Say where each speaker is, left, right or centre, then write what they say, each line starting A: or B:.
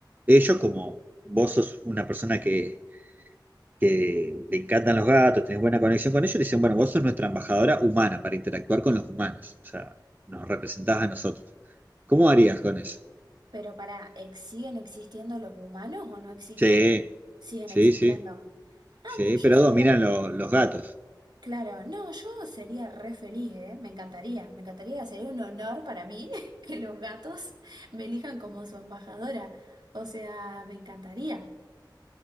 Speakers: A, on the right; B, on the right.
A: ellos, como vos sos una persona que que le encantan los gatos, tenés buena conexión con ellos, le dicen, bueno, vos sos nuestra embajadora humana para interactuar con los humanos, o sea, nos representás a nosotros. ¿Cómo harías con eso?
B: Pero para ¿siguen existiendo los humanos o no existen?
A: Sí,
B: Siguen
A: sí,
B: existiendo.
A: sí,
B: Ah, no,
A: sí, pero
B: yo sería,
A: dominan lo- los gatos.
B: claro, no, yo sería re feliz, ¿eh? Me encantaría, me encantaría, sería un honor para mí <laughs> que los gatos me elijan como su embajadora. O sea, me encantaría.